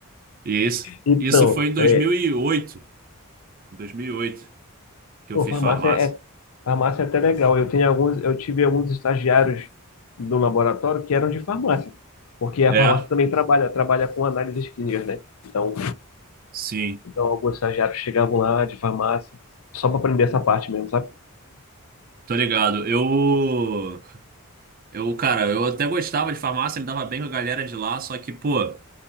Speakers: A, on the right; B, on the left.
A: E isso,
B: Então,
A: isso foi em 2008.
B: é,
A: Em 2008 que eu
B: pô,
A: fiz
B: farmácia
A: farmácia.
B: é, farmácia é até legal. Eu tenho alguns, eu tive alguns estagiários do laboratório que eram de farmácia, porque a
A: É.
B: farmácia também trabalha, trabalha com análises clínicas, né? Então,
A: Sim,
B: então alguns estagiários chegavam lá de farmácia só para aprender essa parte mesmo, sabe?
A: tô ligado. Eu, eu, cara, eu até gostava de farmácia, me dava bem com a galera de lá, só que, pô,